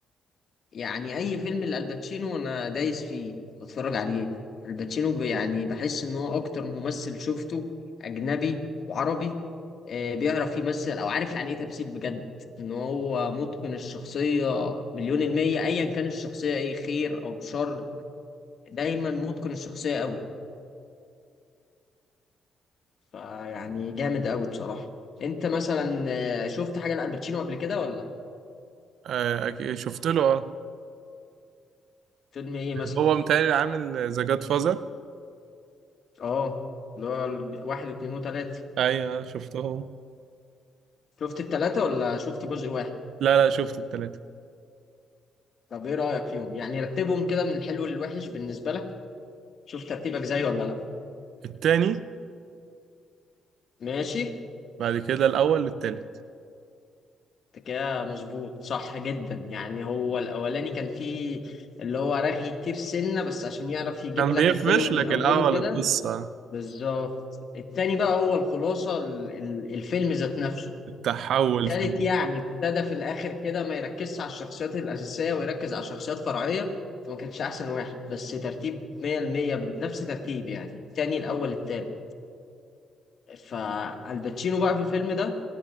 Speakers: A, on the left; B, on the right.
A: يعني اي فيلم لالباتشينو انا دايس فيه بتفرج عليه الباتشينو ب- يعني بحس ان هو اكتر ممثل شفته اجنبي وعربي آه، بيعرف يمثل او عارف يعني ايه تمثيل بجد ان هو متقن الشخصية مليون المية ايا كان الشخصية ايه خير او شر دايما متقن الشخصية قوي فيعني جامد قوي بصراحة انت مثلا آه، شفت حاجة لالباتشينو قبل كده ولا
B: آه، أكيد شفت له أه
A: فيلم ايه مثلا
B: هو متهيألي عامل ذا جاد فازر
A: اه اللي هو ال- واحد واثنين وثلاثة
B: أيوه شفتهم
A: شفت التلاتة ولا شفت جزء واحد
B: لا لا شفت التلاتة
A: طب ايه رأيك فيهم يعني رتبهم كده من الحلو للوحش بالنسبة لك شوف ترتيبك زي ولا لا
B: التاني
A: ماشي
B: بعد كده الأول التالت
A: انت كده مظبوط صح جدا يعني هو الاولاني كان فيه اللي هو رغي كتير سنة بس عشان يعرف يجيب
B: كان
A: لك
B: بيفرش
A: الفيلم
B: لك
A: من اوله
B: الأول
A: كده
B: القصة
A: بالظبط التاني بقى هو الخلاصة ال- ال- الفيلم ذات نفسه
B: التحول
A: التالت
B: في ال-
A: يعني ابتدى في الاخر كده ما يركزش على الشخصيات الاساسية ويركز على شخصيات فرعية فما كانش احسن واحد بس ترتيب 100% بنفس ترتيب يعني التاني الاول التالت فالباتشينو بقى في الفيلم ده